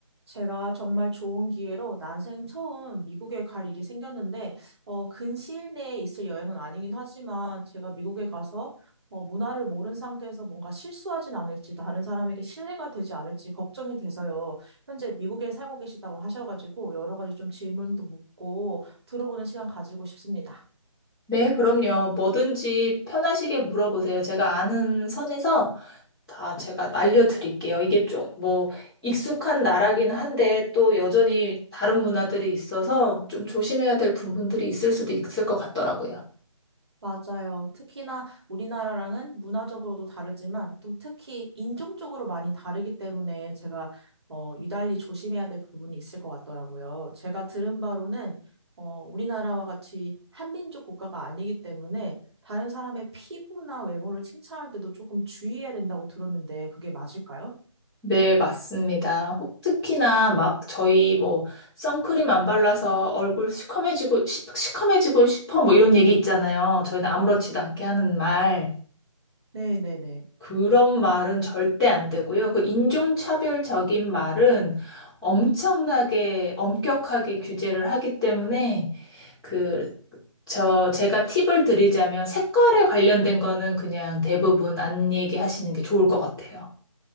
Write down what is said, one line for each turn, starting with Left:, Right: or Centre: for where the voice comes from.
Right: 제가 정말 좋은 기회로 난생 처음 미국에 갈 일이 생겼는데, 어, 근시일 내에 있을 여행은 아니긴 하지만, 제가 미국에 가서, 어, 문화를 모른 상태에서 뭔가 실수하진 않을지, 다른 사람에게 신뢰가 되지 않을지 걱정이 돼서요. 현재 미국에 살고 계시다고 하셔가지고, 여러 가지 좀 질문도 묻고, 들어보는 시간 가지고 싶습니다.
Centre: 네, 그럼요. 뭐든지 편하시게 물어보세요. 제가 아는 선에서 다 제가 알려드릴게요. 이게 좀 뭐 익숙한 나라긴 한데 또 여전히 다른 문화들이 있어서 좀 조심해야 될 부분들이 있을 수도 있을 것 같더라고요.
Right: 맞아요. 특히나 우리나라랑은 문화적으로도 다르지만 또 특히 인종적으로 많이 다르기 때문에 제가 어, 유달리 조심해야 될 부분이 있을 것 같더라고요. 제가 들은 바로는 어, 우리나라와 같이 한민족 국가가 아니기 때문에 다른 사람의 피부나 외모를 칭찬할 때도 조금 주의해야 된다고 들었는데 그게 맞을까요?
Centre: 네, 맞습니다. 혹- 특히나 막 저희 뭐 선크림 안 발라서 얼굴 시커매지고 시, 시커매지고 싶어 뭐 이런 얘기 있잖아요. 저희는 아무렇지도 않게 하는 말.
Right: 네네네.
Centre: 그런 말은 절대 안 되고요. 그 인종차별적인 말은 엄청나게 엄격하게 규제를 하기 때문에 그, 저, 제가 팁을 드리자면 색깔에 관련된 거는 그냥 대부분 안 얘기하시는 게 좋을 것 같아요.